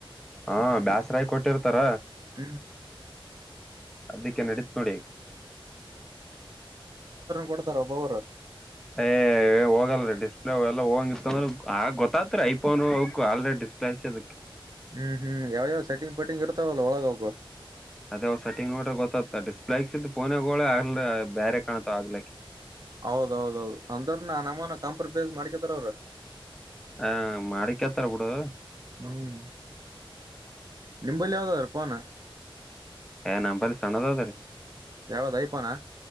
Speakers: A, in the centre; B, on the right (about 45°).
A: ಹಾ ಬ್ಯಾಸರಾಯ್ ಕೊಟ್ಟಿರ್ತಾರ
B: ಹ್ಮ್
A: ಅದಕ್ಕೆ ನಡತ್ ನೋಡಿ
B: ಕೊಡ್ತಾರೆ ಒಬ್ಬ ಅವರು
A: ಏ ಹೋಗಲ್ರಿ ಡಿಸ್ಪ್ಲೇ ಅವಲ್ಲ ಹೋಗಂಗಿತ್ತ ಅಂದ್ರ ಆ ಗೊತ್ತಾತ್ರಿ ಐಫೋನ್ ಅವಕ್ಕು ಆಲ್ರೆಡಿ ್ಲಸ್ ಅದಕ್ಕೆ <unintelligible>
B: ಹ್ಮ್ ಹ್ಮ್ ಯಾವ್ಯಾವ್ ಸೆಟ್ಟಿಂಗ್ ಪಟ್ಟಿಂಗ್ ಇರ್ತಾವಲ್ಲ ಒಳಗ ಹೋಗುವ
A: ಅದೇ ಸೆಟ್ಟಿಂಗ್ ನೋಡ್ರೆ ಗೊತ್ತತ್ತ ಡಿಸ್ಪ್ಲೇ ಇಕ್ಸತ್ ಫೋನಗೋಳೆ ಅಲ್ ಬೇರೆ ಕಾಣತವ ಆಗ್ಲಿಕ್ಕೆ
B: ಹೌದೌದೌದು ಅಂದ್ರ ನ ನಮಾನ ಕಾಂಪ್ರಮೈಸ್ ಮಾಡ್ಕತಾರ ಅವ್ರ
A: ಹ ಮಾಡಿಕತಾರ ಬಿುಡು
B: ಹ್ಮ್ ನಿಂಬಲ್ಲಿ ಯಾವ್ದಾದ್ರ ಪಾನ
A: ಹ ನಮ್ಮಪಲ್ಲಿ ಸಣದೌತಾರೆ
B: ಯಾವುದೋಐಫೋನ್